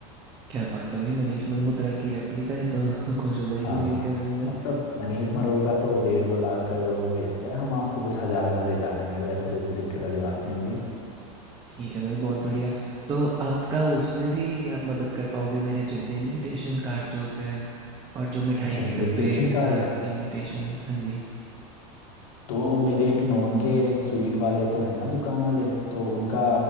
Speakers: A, on the right; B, on the left.
A: क्या बात है भाई मनीष मल्होत्रा की रेप्लिका है तो <laughs> खुश हो जाएगी
B: हाँ
A: मेरी कज़न जो है।
B: मतलब मनीष मल्होत्रा तो डेढ़ दो लाख करोड़ों में बेचता है हम आपको कुछ हजारों में दिला देंगे वो ऐसी कोई दिक्कत वाली बात नहीं होगी
A: ठीक है भाई बहुत बढ़िया। तो आपका उसमें भी आप मदद कर पाओगे मेरे जैसे इनविटेशन कार्ड जो होते हैं और जो मिठाई
B: अच्छा इनविटेशन
A: के डब्बे के
B: कार्ड
A: साथ इनविटेशन हाँ जी।
B: तो मेरे एक नॉन के स्वीट वाले तो है ना दुकान वाले तो उनका